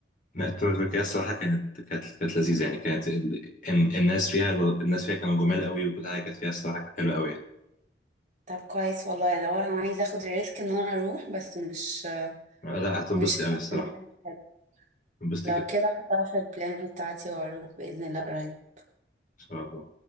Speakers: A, on the left; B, on the right.
A: لا، تر- تركيا الصراحة كانت كانت كانت لذيذة يعني كانت ال... ال- الناس فيها الناس فيها كانوا جمال قوي وكل حاجة كانت فيها الصراحة كانت حلوة قوي يعني
B: طب كويس والله لو انا عايزه اخد الريسك ان انا اروح بس مش
A: آه، لا هتنبسطي
B: مش حاسة
A: قوي الصراحة
B: إن أنا هستعد.
A: هتنبسطي
B: لو
A: جدا
B: كده هحطها في البلان بتاعتي واروح باذن الله قريب
A: إن شاء الله